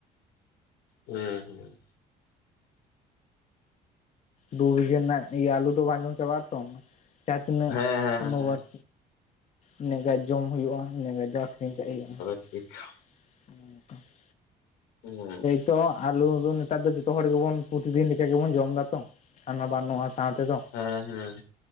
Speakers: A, on the left; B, on the left.
A: ᱦᱮᱸ
B: ᱫᱩ ᱵᱤᱜᱷᱟᱹ ᱨᱮᱱᱟᱜ ᱟᱞᱩ ᱫᱚ ᱵᱟᱝ ᱡᱚᱢ ᱪᱟᱵᱟᱜᱼᱟ ᱛᱚ᱾ ᱡᱟ ᱛᱤᱱᱟᱹᱜ
A: ᱦᱮᱸ ᱦᱮᱸ
B: ᱚᱱᱩᱵᱟᱫ
A: ᱦᱮᱸ
B: ᱤᱱᱟᱹᱜ ᱜᱟᱡ ᱡᱚᱢ ᱦᱩᱭᱩᱜᱼᱟ ᱤᱱᱟᱹᱜ ᱜᱟᱡ ᱫᱚ ᱟᱠᱷᱨᱤᱧ ᱠᱟᱜ ᱦᱩᱭᱩᱜᱼᱟ᱾
A: <unintelligible>
B: <inaudible>
A: ᱦᱮᱸ
B: ᱛᱚ ᱟᱞᱩ ᱫᱚ ᱱᱮᱛᱟᱨ ᱫᱚ ᱡᱚᱛᱚ ᱦᱚᱲ ᱜᱮᱵᱚᱱ ᱯᱚᱛᱤᱫᱤᱱ ᱞᱮᱠᱟ ᱜᱮᱵᱚᱱ ᱡᱚᱢᱫᱟ ᱛᱚ ᱦᱟᱱᱟ ᱵᱟᱝ ᱱᱚᱣᱟ ᱥᱟᱶ ᱛᱮᱫᱚ᱾
A: ᱦᱮᱸ ᱦᱮᱸ